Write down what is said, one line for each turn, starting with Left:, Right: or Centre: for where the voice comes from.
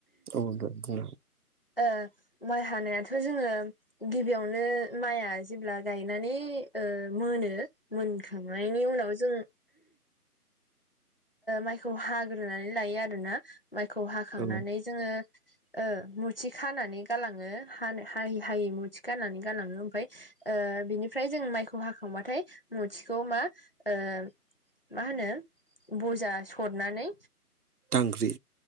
Right: औ दे बुंना हो
Left: ओ माइ हानायाथ' जोङो गिबियावनो माइआ जेब्ला गायनानै ओ मोनो। मोनखांनायनि उनाव जोङो माइखौ हाग्रोनानै लायो आरोना माइखौ हाखांनानै
Right: औ
Left: जोङो ओ मुथि खानानै गालाङो हानो हायि हायि मुथि खानानै गालाङो ओमफाय ओ बिनिफ्राय जों माइखौ हाखांबाथाय मुथिखौ मा ओ मा होनो बजा सरनानै
Right: दांग्रि